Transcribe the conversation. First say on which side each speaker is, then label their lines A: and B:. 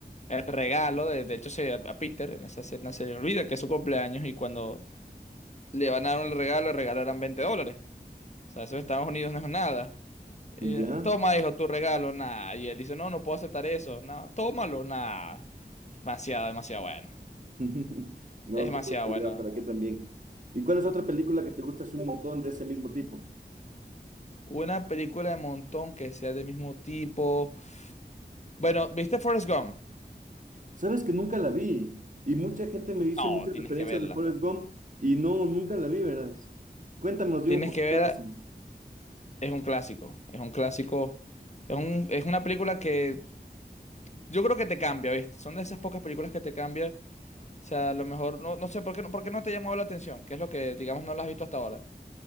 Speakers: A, on the left; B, on the right.
A: el regalo, de, de hecho, se, a Peter en esa escena se le olvida que es su cumpleaños y cuando le van a dar un regalo, el regalo eran 20 dólares. O sea, eso en Estados Unidos no es nada. Y,
B: ¿Ya?
A: Toma, hijo, tu regalo, nada. Y él dice, no, no puedo aceptar eso. No, tómalo, nada. Demasiado, demasiado bueno.
B: <laughs> No,
A: Es demasiado
B: qué brutalidad,
A: bueno.
B: ¿para qué también? ¿Y cuál es otra película que te gusta así un montón de ese mismo tipo?
A: Una película de montón que sea del mismo tipo. Bueno, ¿viste Forrest Gump?
B: Sabes que nunca la vi y mucha gente me dice
A: No,
B: muchas
A: tienes
B: referencias
A: que verla.
B: de Forrest Gump y no, nunca la vi, ¿verdad? Cuéntame más bien
A: Tienes
B: un poquito
A: que verla.
B: de eso.
A: Es un clásico. Es un clásico. Es un, es una película que yo creo que te cambia, ¿viste? Son de esas pocas películas que te cambian. O sea, a lo mejor, no, no sé, ¿por qué, no- por qué no te llamó la atención? ¿Qué es lo que, digamos, no la has visto hasta ahora?